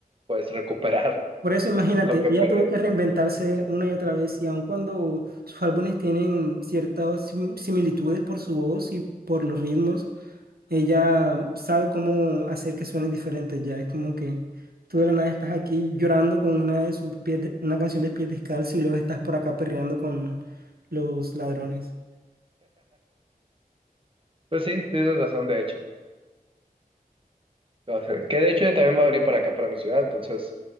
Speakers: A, on the right; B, on the right.
A: pues recuperar <laughs>
B: Por eso imagínate,
A: lo que
B: ella
A: perdí.
B: tuvo que reinventarse una y otra vez y aun cuando sus álbumes tienen ciertas sim- similitudes por su voz y por los ritmos, ella sabe cómo hacer que suenen diferentes. Ya es como que tú de la nada estás aquí llorando con una de sus pies, de- una canción de pies descalzos y luego estás por acá perreando con los ladrones.
A: Pues sí, tienes razón, de hecho. O sea, que de hecho yo también voy a venir para acá, para mi ciudad, entonces,